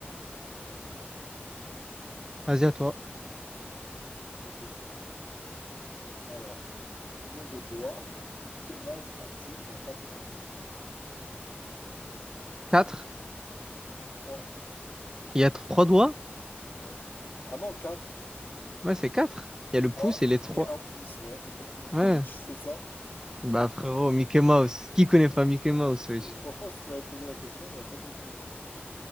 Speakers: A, on the left; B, on the right.
A: Ouais, j'avoue.
B: Vas-y, à toi.
A: Ok. Alors, combien de doigts <laughs> Mickey Mouse a-t-il dans chaque main?
B: 4.
A: Trois.
B: Il y a trois doigts?
A: Ouais. Ah non, quatre.
B: Ouais, c'est 4. Il y
A: Trois
B: a le pouce et les trois.
A: et un pouce, ouais, exactement. <laughs> Comment
B: Ouais.
A: tu sais ça?
B: Bah frérot, Mickey Mouse. Qui connaît pas Mickey Mouse, wesh?
A: Et Franchement, si tu m'avais posé la question, j'aurais pas deviné. hein.